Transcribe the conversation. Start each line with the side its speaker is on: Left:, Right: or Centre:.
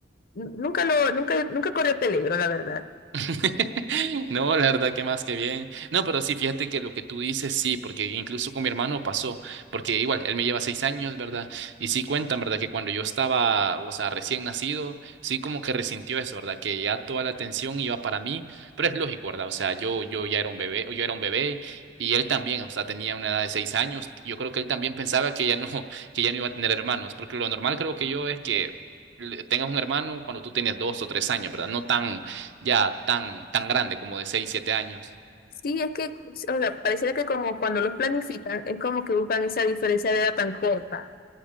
Left: n- nunca lo, nunca, nunca corrió peligro, la verdad.
Right: <laughs> No, la verdad que más que bien. No, pero sí, fíjate que lo que tú dices, sí, porque incluso con mi hermano pasó, porque igual, él me lleva seis años, ¿verdad? Y sí cuentan, ¿verdad? Que cuando yo estaba, o sea, recién nacido, sí como que resintió eso, ¿verdad? Que ya toda la atención iba para mí, pero es lógico, ¿verdad? O sea, yo, yo ya era un bebé, yo era un bebé. Y él también, o sea, tenía una edad de seis años. Yo creo que él también pensaba que ya no, <laughs> que ya no iba a tener hermanos, porque lo normal creo que yo es que le- tengas un hermano cuando tú tienes dos o tres años, ¿verdad? No tan, ya tan, tan grande como de 6 7 años.
Left: Sí, es que, o sea, pareciera que como cuando los planifican, es como que buscan esa diferencia de edad tan corta.